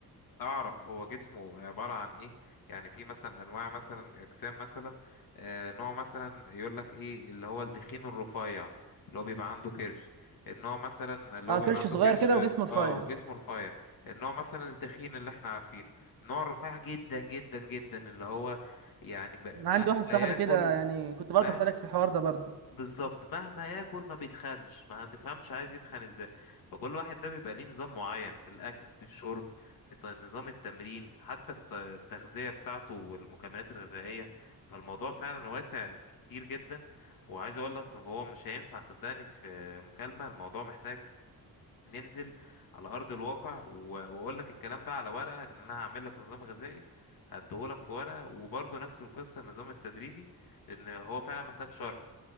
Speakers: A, on the left (about 65°); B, on the right (about 80°).
A: اعرف هو جسمه عبارة عن ايه يعني في مثلا انواع مثلا اجسام مثلا آه، نوع مثلا يقول لك ايه اللي هو التخين الرفيع اللي هو بيبقى عنده كرش النوع مثلا اللي
B: اه
A: هو بيبقى
B: كرش
A: عنده
B: صغير
A: كرش
B: كده وجسمه رفيع
A: اه
B: يعني
A: وجسمه رفيع النوع مثلا التخين اللي احنا عارفينه النوع الرفيع جدا جدا جدا اللي هو يعني ب-
B: أنا عندي
A: مهما
B: واحد صاحبي
A: ياكل
B: كده يعني كنت برضه
A: مهما
B: اسالك في الحوار ده برضه
A: بالظبط مهما ياكل ما بيتخنش ما تفهمش عايز يتخن ازاي فكل واحد ده بيبقى ليه نظام معين في الاكل في الشرب في ط- نظام التمرين في حتى في ت- التغذية بتاعته والمكملات الغذائية فالموضوع فعلا واسع كتير جدا وعايز اقول لك هو مش هينفع صدقني في مكالمة الموضوع محتاج ننزل على ارض الواقع و- واقول لك الكلام ده على ورقة ان انا هعمل لك نظام غذائي هديهولك في ورقة وبرضه نفس القصة النظام التدريبي لان هو فعلا محتاج شرح